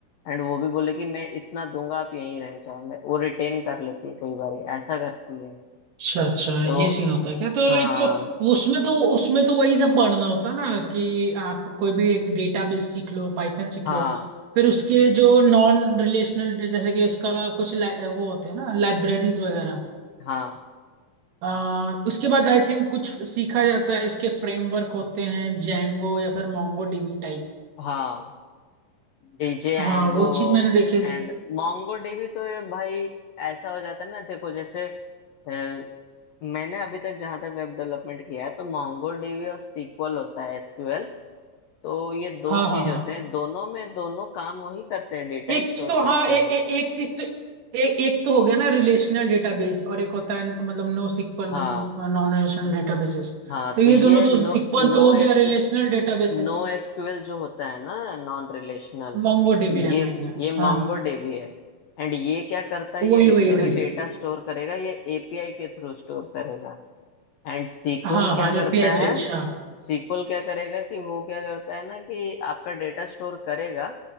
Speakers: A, on the left (about 80°); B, on the right (about 80°).
A: एंड वो भी बोले कि मैं इतना दूंगा आप यहीं रह जाओ मैं वो रिटेन कर लेती है कई बार ऐसा करती है
B: अच्छा अच्छा
A: तो
B: ये सीन होता है क्या तो
A: हाँ
B: लाइक उसमें तो उसमें तो वही सब पढ़ना होता ना कि आप कोई भी एक डेटाबेस सीख लो पाइथन सीख
A: हाँ
B: लो फिर उसके जो नॉन रिलेशनल जैसे कि इसका कुछ ला- वो होते हैं ना लाइब्रेरीज वगैरह
A: हाँ
B: आ, उसके बाद आई थिंक कुछ सीखा जाता है इसके फ्रेमवर्क होते हैं जैंगो या फिर मोंगो डीबी टाइप
A: हाँ डीजे
B: हाँ
A: एंगो
B: वो चीज मैंने देखी है।
A: and MongoDB तो ये भाई ऐसा हो जाता है ना देखो जैसे अ, मैंने अभी तक जहां तक वेब डेवलपमेंट किया है तो मोंगो डीबी और सीक्वल होता है एसक्यूएल तो ये दो
B: हाँ हाँ
A: चीज
B: हाँ
A: होते हैं दोनों में दोनों काम वही करते हैं डेटा
B: एक
A: ही स्टोर
B: तो
A: करते
B: हाँ ए,
A: हैं
B: ए, एक चीज तो ए, एक तो हो गया ना रिलेशनल डेटाबेस और एक होता है मतलब नो सिक्वल
A: हाँ
B: मतलब नॉन रिलेशनल डेटाबेसेस
A: हाँ
B: तो ये
A: तो ये
B: दोनों तो
A: no
B: सिक्वल
A: no
B: तो हो
A: S
B: गया रिलेशनल डेटाबेसेस
A: no SQL जो होता है ना नॉन रिलेशनल
B: मोंगो डीबी
A: ये
B: है मैं गया
A: ये मोंगोडीबी
B: हाँ
A: है एंड ये क्या करता है
B: वही
A: ये जितने
B: वही वही
A: भी डेटा स्टोर करेगा ये एपीआई के थ्रू स्टोर करेगा एंड सीक्वल
B: हाँ
A: क्या
B: हाँ
A: करता
B: एपीआई स्विच
A: है
B: हाँ
A: सीक्वल क्या करेगा कि वो क्या करता है ना कि आपका डेटा स्टोर करेगा